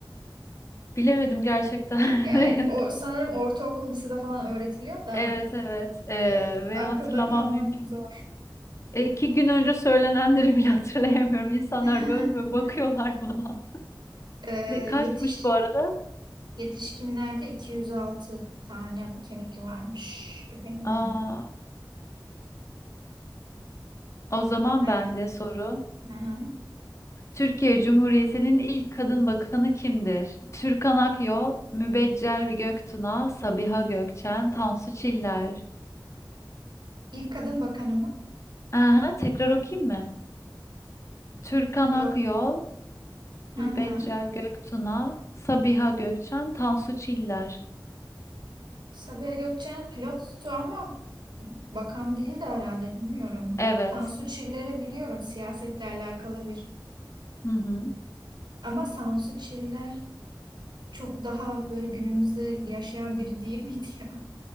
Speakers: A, on the left; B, on the right.
A: bilemedim gerçekten.
B: Yani o sanırım
A: <laughs>
B: ortaokul lisede falan öğretiliyor da
A: Evet evet Eee,
B: e,
A: ve
B: akılda
A: hatırlamam
B: kalmak
A: mümkün
B: zor.
A: değil. E, iki gün önce söylenenleri bile <laughs> hatırlayamıyorum. İnsanlar
B: <laughs>
A: bön bön bakıyorlar bana.
B: E,
A: Ne, kaçmış
B: yetiş
A: bu arada?
B: yetişkinlerde 206 tane kemik varmış efendim.
A: Aa, o zaman
B: Aynen.
A: bende soru.
B: Hı hı.
A: Türkiye Cumhuriyeti'nin ilk kadın bakanı kimdir? Türkan Akyol, Mübeccel Göktuna, Sabiha Gökçen, Tansu Çiller.
B: İlk kadın bakanı mı?
A: Aha, tekrar okuyayım mı? Türkan
B: Yok.
A: Akyol,
B: Hı
A: Mübeccel
B: hı.
A: Göktuna, Sabiha Gökçen, Tansu Çiller.
B: Sabiha Gökçen pilottu ama bakan değil de herhalde bilmiyorum.
A: Evet.
B: Tansu Çiller'i biliyorum siyasetle alakalı bir.
A: Hı hı.
B: Ama Tansu Çiller çok daha böyle günümüzde yaşayan biri değil miydi ya? <laughs>